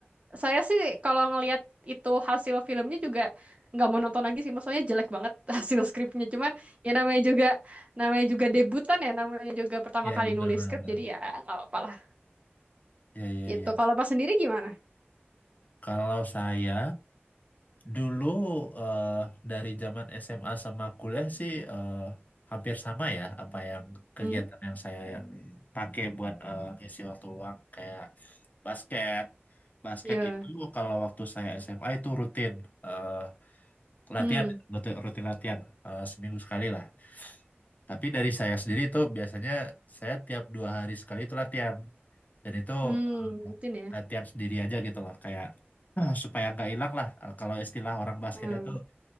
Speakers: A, on the right (about 30°); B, on the left (about 40°).
A: saya sih kalau ngelihat itu hasil filmnya juga nggak mau nonton lagi sih. Maksudnya jelek banget <laughs> hasil skripnya. Cuman ya namanya juga namanya juga debutan ya, namanya juga pertama
B: Ya
A: kali
B: benar-benar.
A: nulis skrip jadi ya nggak apa-apa lah.
B: Ya ya
A: Itu
B: ya.
A: kalau pas sendiri gimana?
B: Kalau saya Dulu eh, dari zaman SMA sama kuliah sih eh, hampir sama ya apa yang kegiatan
A: Hmm.
B: yang saya pakai buat eh, ngisi waktu luang kayak basket. Basket
A: Ya,
B: itu kalau waktu saya SMA itu rutin eh, latihan,
A: hmm,
B: rutin, rutin latihan eh, seminggu sekali lah. Tapi dari saya sendiri itu biasanya saya tiap dua hari sekali itu latihan dan itu
A: hmm, rutin
B: eh,
A: ya.
B: latihan sendiri aja gitu loh kayak ah, supaya nggak hilang lah Eh, kalau istilah orang basket
A: Hmm,
B: itu